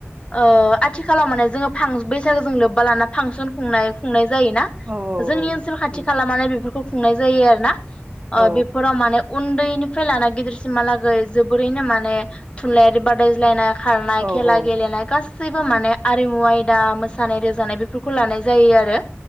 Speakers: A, on the left; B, on the right.
A: ओ आथिखालाव माने जोङो बैसागोजों लोब्बा लाना फांसन खुंनाय खुंनाय जायोना
B: औ
A: जोंनि
B: औ
A: ओनसोल खाथि
B: नंगौ
A: खालामने बेफोरखौ खुंनाय जायो आरो ना
B: औ
A: ओ बेफोराव माने उन <unintelligible> फ्राय लाना गिदिरसिमहालागै जोबोरैनो माने थुनलाइारि बादायज्लायनाय खारनाय
B: औ
A: खेला
B: औ
A: गेलेनाय गास गासैबो माने आरिमु आयदा मोसानाय रोजानाय बेफोरखौ लानाय जायो आरो